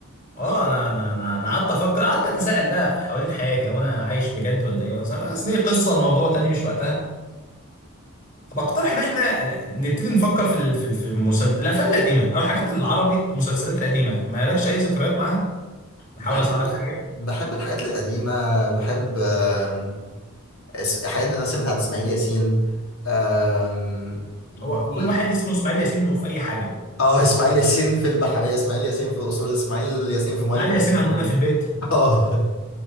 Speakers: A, on the left; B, on the left.
A: اه انا انا انا أنا قعدت افكر قعدت اتساءل بقى في حوالين حياتي هو انا عايش بجد ولا ايه بس بس دي قصه الموضوع تاني مش وقتها بقترح ان احنا نبتدي نفكر في ال- في ال- في المسلسل الافلام القديمه او الحاجات العربي المسلسلات القديمه ما لكش اي ذكريات معاها نحاول
B: بحب
A: اساعدك في حاجه
B: بحب الحاجات القديمة بحب آم، اس- حاجات مثلا بتاعت اسماعيل ياسين آم، دي
A: هو كل واحد اسمه اسماعيل ياسين وفي اي حاجه
B: اه اسماعيل ياسين في البحرية اسماعيل ياسين في الأصول اسماعيل ياسين في مية
A: اسماعيل
B: البحرية
A: ياسين عندنا في البيت
B: <laughs> اه